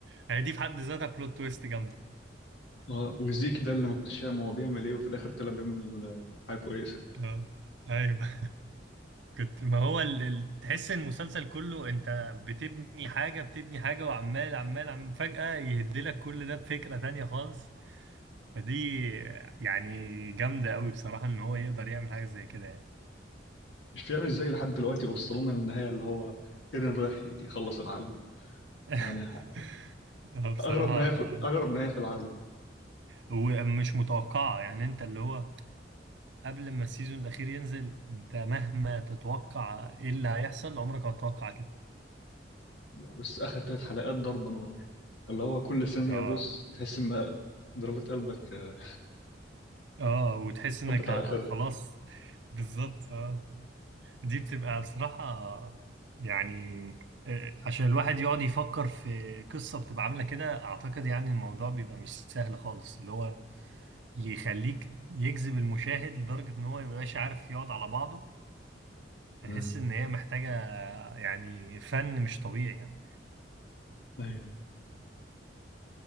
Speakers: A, on the right (about 80°); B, on the left (about 70°).
A: يعني دي في حد ذاتها بلوت تويست جامده
B: اه وزيك ده اللي ما كنتش فاهم هو بيعمل ايه وفي الآخر طلع بيعمل حاجة كويسة
A: اه ايوه <laughs> كنت ما هو ال... ال... تحس ان المسلسل كله انت بتبني حاجه بتبني حاجه وعمال عمال عم فجاه يهدلك كل ده بفكره تانية خالص فدي يعني جامده قوي بصراحه ان هو يقدر يعمل حاجه زي كده يعني
B: مش فاهم ازاي لحد دلوقتي وصلونا للنهاية اللي هو ايرين رايح يخلص العالم
A: <laughs>
B: يعني
A: اه بصراحه
B: أغرب نهاية في
A: آه.
B: أغرب نهاية في العالم
A: ومش متوقعه يعني انت اللي هو قبل ما السيزون الأخير ينزل أنت مهما تتوقع إيه اللي هيحصل عمرك ما هتتوقع كده
B: بس آخر ثلاث حلقات ضرب نار اللي هو كل ثانية
A: آه
B: بص تحس إن ضربات قلبك آه،
A: آه وتحس
B: خبط
A: إنك
B: على
A: ه-
B: آخرها
A: خلاص بالظبط آه دي بتبقى بصراحة يعني آه، عشان الواحد يقعد يفكر في قصة بتبقى عاملة كده أعتقد يعني الموضوع بيبقى مش سهل خالص اللي هو يخليك يجذب المشاهد لدرجة إن هو ميبقاش عارف يقعد على بعضه
B: مم.
A: تحس إن هي محتاجة يعني فن مش طبيعي يعني
B: أيوة